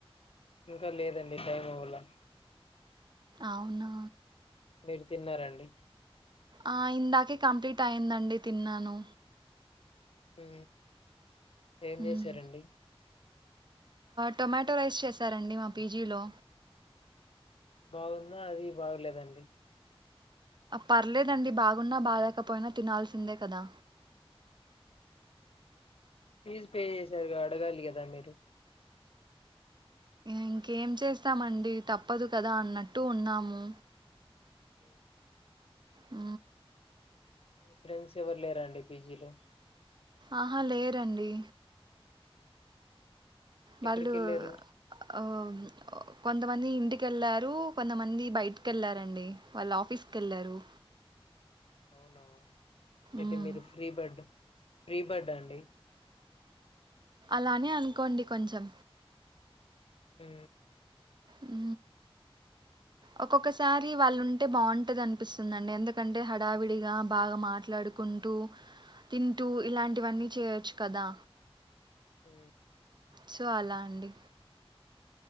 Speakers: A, on the left (about 70°); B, on the right (about 45°).
A: ఇంకా లేదండి టైం అవలే
B: అవునా
A: మీరు తిన్నారండి
B: ఆ ఇందాకే కంప్లీట్ అయియందండి తిన్నాను
A: ఉ ఏం
B: మ్మ్.
A: చేశారండి
B: టొమాటో రైస్ చేసారండి మా పీజీలో
A: బాగుందా అది బాగలేదండి
B: పర్లేదండి బాగున్నా బాలేేకపోయినా తినాల్సిందే కదా
A: ఫీజు పే చేశారు కదా అడగాలి కదా మీరు
B: ఇంకేం చేస్తామండి తప్పదు కదా అన్నట్టు ఉన్నాము
A: ఉ
B: ఉ
A: మీ ఫ్రెండ్స్ ఎవరు లేరాండి పీజీలో
B: ఆహా లేరండి వాళ్ళు
A: ఎక్కడికి వెళ్ళారు
B: ఆ కొంతమంది ఇంటిక వెళ్ళారు కొంతమంది బయటకి వెళ్ళారండి వాళ్ళ ఆఫీస్కి వెళ్ళారు
A: అవునావు ఏతే
B: మ్మ్.
A: మీరు ఫ్రీ బర్డ్ ఫ్రీ బర్డ్ అండి
B: అలానే అనుకోండి కొంచెం
A: ఉ
B: ఉ ఒక్కొక్కసారి వాళ్ళు ఉంటే బాగుంటది అనిపిస్తుందిండి ఎందుకంటే హడావిడిగా బాగా మాట్లాడుకుంటూ తింటూ ఇలాంటివన్నీ చేయొచ్చు కదా
A: ఊ
B: సో అలా అండి